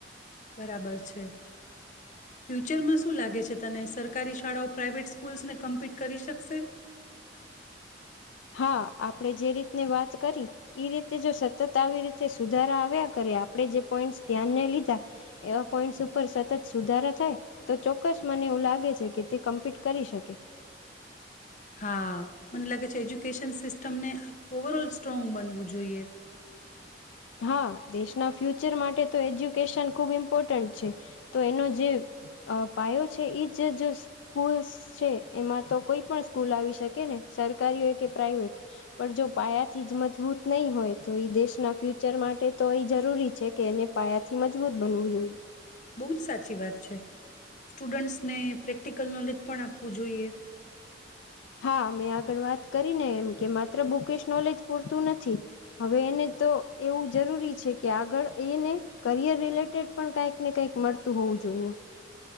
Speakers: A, on the left; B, on the left.
A: બરાબર છે ફ્યુચરમાં શું લાગે છે તને સરકારી શાળાઓ પ્રઇવેટ સ્કૂલ્સને કમ્પિટ કરી શકશે.
B: હા આપણે જે રીતને વાત કરી એ રીતે જો સતત આવી રીતે સુધારા આવ્યા કરે આપણે જે પોઈન્ટ્સ ધ્યાનને લીધા એવા પોઈન્ટ્સ ઉપર સતત સુધારા થાય તો ચોક્કસ મને એવું લાગે છે કે તે કમ્પ્લીટ કરી શકે.
A: હા મને લાગે છે એજ્યુકેશન સિસ્ટમને ઓવરઓલ સ્ટ્રોંગ બનવું જોઈએ.
B: હા દેશના ફ્યુચર માટે તો એજ્યુકેશન ખૂબ ઇમ્પોર્ટન્ટ છે તો એનો જે પાયો છે એ જ સ્કૂલ્સ છે એમાં તો કોઈ પણ સ્કૂલ આવી શકે ને સરકારી હોય કે પ્રાઈવેટ પણ જો પાયાથી જ મજબૂત નહી હોય તો દેશના ફ્યુર. પિકચર માટે તો એ જરૂરી છે કે એને પાયાથી મજબૂત બનવું જોઈએ.
A: બહુ જ સાચી વાત છે સ્ટુડન્ટ્સને પ્રેક્ટિકલ નોલેજ પણ આપવું જોઈએ.
B: હા મેં આગળ વાત કરીને એમ કે માત્ર બુકેશ નોલેજ પૂરતું નથી હવે એને તો એવું જરૂરી છે કે આગળ એને કરિયર રિલેટેડ પણ કઈક ને કઈક મળતું હોવું જોઈએ.